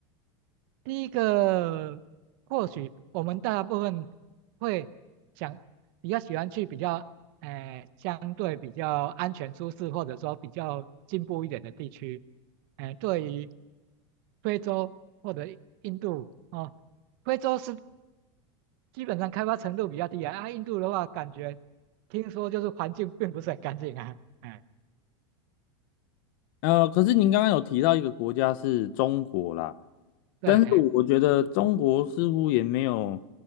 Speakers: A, on the right (about 45°); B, on the left (about 45°).
A: 第一个或许我们大部分会想比较喜欢去比较，哎、相对比较安全舒适或者说比较进步一点的地区，哎、对于非洲或者印度哦，非洲是基本上开发程度比较低啊，啊，印度的话感觉听说就是环境并不是很干净啊，哎、
B: 呃，可是您刚刚有提到一个国家是中国啦。
A: 对，
B: 但是我觉得中国似乎也没有，
A: 哎。